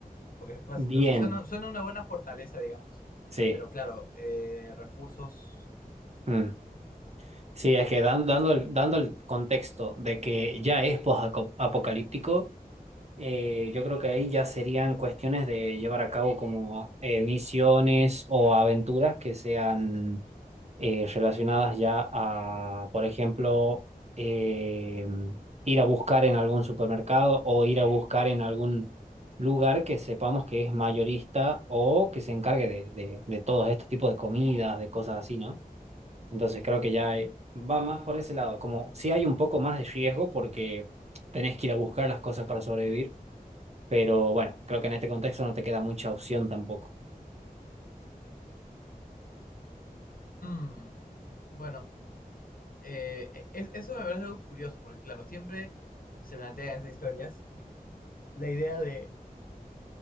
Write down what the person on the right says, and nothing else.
bien,
sí.
mm. Sí, es que dan- dando, el, dando el contexto de que ya es post-apocalíptico, yo creo que ahí ya serían cuestiones de llevar a cabo como eh, misiones o aventuras que sean eh, relacionadas ya a, por ejemplo, eh, ir a buscar en algún supermercado o ir a buscar en algún lugar que sepamos que es mayorista o que se encargue de, de, de todos estos tipos de comidas, de cosas así, ¿no? Entonces creo que ya eh, va más por ese lado, como si hay un poco más de riesgo porque tenés que ir a buscar las cosas para sobrevivir, pero bueno, creo que en este contexto no te queda mucha opción tampoco.